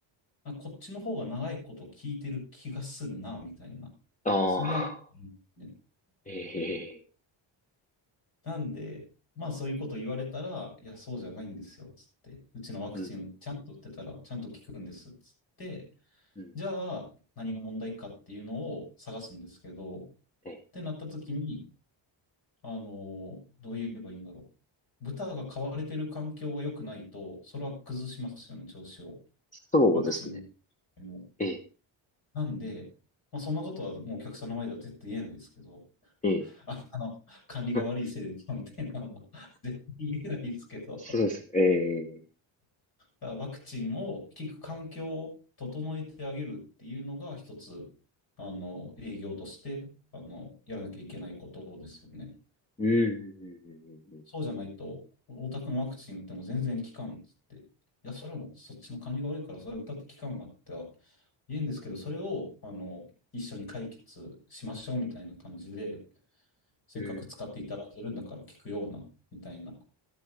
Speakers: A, on the left (about 50°); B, on the left (about 15°).
A: なんかこっちの方が長いこと聞いてる気がするな、みたいな。
B: ああ。
A: そんなの、うんね。
B: ええ、
A: なんで、まあそういうこと言われたら、いや、そうじゃないんですよ、つって。うちのワクチンちゃんと打ってたら、
B: うん、
A: ちゃんと効くんです、つって。
B: うん、
A: じゃあ、何が問題かっていうのを探すんですけど、っ
B: ええ、
A: てなった時に、あの、どう言えばいいんだろう。豚が飼われてる環境が良くないと、それは崩しますよね、調子を。
B: そうですね。
A: ワクチン打っても。
B: ええ、
A: なんで、まあ、そんなことはもうお客さんの前では絶対言えないですけど、
B: ええ、
A: あ、あの、管理が悪いせいで、
B: <laughs>
A: みたいなのは絶対言えないですけど。
B: そうです。ええ、
A: ワクチンを効く環境を整えてあげるっていうのが一つ、あの、営業として、あの、やらなきゃいけないことですよね。
B: うん、うん、
A: そうじゃないと、お宅のワクチン打っても全然効かんっつって。いや、それもそっちの管理が悪いから、それは打ったって効かんわっては言うんですけど、それを、あの、一緒に解決しましょうみたいな感じで、せっかく使っていただいてるんだから効くような、
B: うん、うん
A: みたいな